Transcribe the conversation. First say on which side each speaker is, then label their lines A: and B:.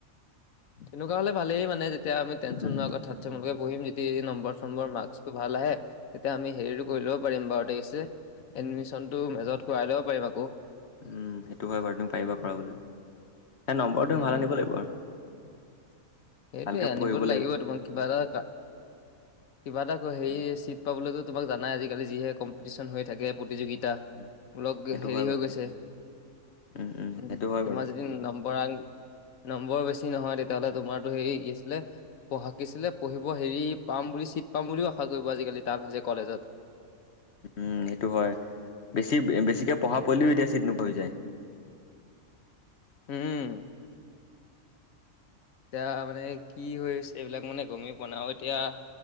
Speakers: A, on the left; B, on the left.
A: তেনেকুৱা হলে ভালেই মানে যেতিয়া আমি টেনচন
B: উম,
A: নোৱাৰ কথাত তোমালোকে পঢ়িম যদি এই নম্বৰ চম্বৰ মাৰ্ক টো ভাল আহে তেতিয়া আমি হেৰিটো কৰি ল'ব পাৰিম বাৰু দেখিছে এডমিশনতটো মেজত কৰাই লব পাৰিম আকৌ।
B: উমঁ সেইটো হয় বাৰু তুমি পাৰিবা কৰাবলৈ সেই নম্বৰটো
A: উম
B: ভালে
A: উম
B: আনিব লাগিব আৰু।
A: সেইটোৱে
B: ভালকে
A: আনিবতো
B: পঢ়িব
A: লাগিব তোমাক কিবা এটা কিবা এটা হেৰি
B: উম,
A: চিট পাবলৈতো তোমাক জানাই আজালি যিহে কম্পিটিচন হৈ থাকে প্ৰতিযোগিতা যা
B: উম,
A: ওলগে
B: সেইটো
A: হেৰি
B: হয় বাৰু।
A: হৈ গৈছে।
B: উম, উম,
A: উমঁ
B: সেইটো হয়
A: তোমাৰ
B: বাৰু।
A: যদি নম্বৰান নম্বৰ বেছি নহয় তেতিয়াহলে তোমাৰতো হেৰি কি আছিলে পঢ়াকিছিলে পঢ়িব হেৰি পাম বুলি ছিট পাম বুলিও আশা কৰিব আজিকালি টান হৈছে কলেজত।
B: উমঁ সেইটো হয় বেছি বেছিকে পঢ়া পোৱালিও এতিয়া চিট নোপোৱা হৈ যায়।
A: উমঁ। এতিয়া মানে কি হৈছে এইবিলাক মানে গমেই পোৱা নাই আৰু এতিয়া-